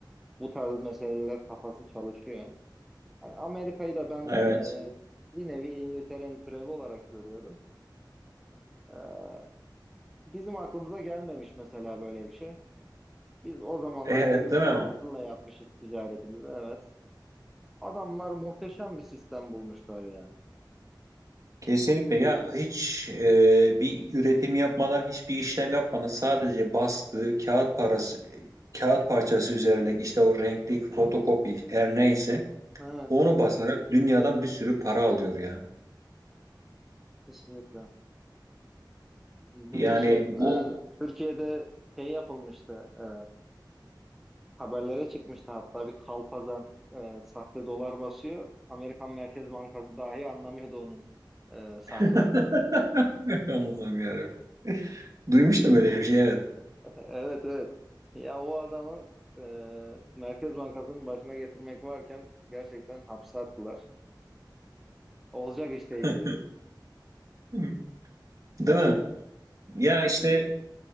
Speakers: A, in the centre; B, on the right.
A: bu tarz meseleler kafası çalışıyor. Yani Amerika'yı da ben
B: evet,
A: e, bir nevi İngiltere'nin türevi olarak görüyorum. E, bizim aklımıza gelmemiş mesela böyle bir şey. Biz o zamanlar
B: evet,
A: gümüşle
B: değil mi?
A: altınla yapmışız ticaretimizi, evet. Adamlar muhteşem bir sistem bulmuşlar ya.
B: Kesinlikle ya hiç e, bir üretim yapmadan hiçbir işlem yapmadan sadece bastığı kağıt parası e, kağıt parçası üzerindeki işte o renkli fotokopi her neyse
A: Evet,
B: onu basarak dünyadan bir sürü para alıyor ya.
A: kesinlikle. Biliyorsun
B: Yani bu
A: e, Türkiye'de şey yapılmıştı, e, haberlere çıkmıştı hatta bir kalpazan e, sahte dolar basıyor. Amerikan Merkez Bankası dahi anlamıyordu onun e, sahte
B: <laughs>
A: olduğunu.
B: Allah'ım yarabbim. Duymuştum öyle bir şey evet.
A: Evet evet. Ya o adamı e, Merkez Bankası'nın başına getirmek varken gerçekten hapse attılar. Olacak iş değil
B: <laughs>
A: ya.
B: Hı. Değil mi? Ya işte